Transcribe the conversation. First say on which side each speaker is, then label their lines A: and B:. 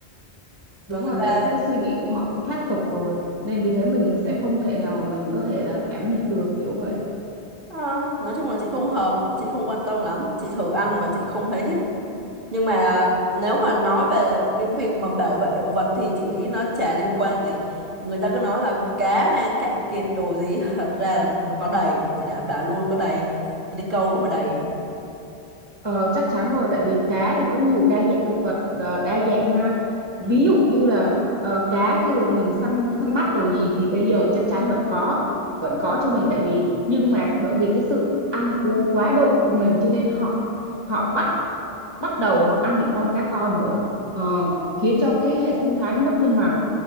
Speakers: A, on the right; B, on the right.
A: đúng
B: và người
A: rồi
B: ta
A: tại vì cái suy nghĩ
B: ừ,
A: của họ cũng thoát tục rồi nên vì thế mình sẽ không thể nào mà mình có thể là cảm nhận được kiểu vậy
B: À, nói chung là chị không hợp, chị không quan tâm lắm, chị thử ăn và chị không thấy thích. Nhưng mà nếu mà nói về cái việc mà bảo vệ động vật thì chị nghĩ nó chả liên quan gì. Người ta cứ nói là cá đang cạn kiệt đồ gì, <laughs> thật ra là nó có có đầy, chị đảm bảo luôn có đầy. Tôi đi câu có mà đầy.
A: Ờ, chắc chắn rồi tại vì cá thì có nhiều đa dạng thực vật ờ, đa dạng ha
B: Ừ.
A: ví dụ như là ờ, cá khi mà mình săn săn bắt đồ gì thì bây giờ chắc chắn vẫn có vẫn có cho mình tại vì nhưng mà bởi vì cái sự ăn uống quá độ của mình cho nên họ họ bắt bắt đầu họ ăn những con cá con nữa ờ, khiến cho cái hệ sinh thái nó mất cân bằng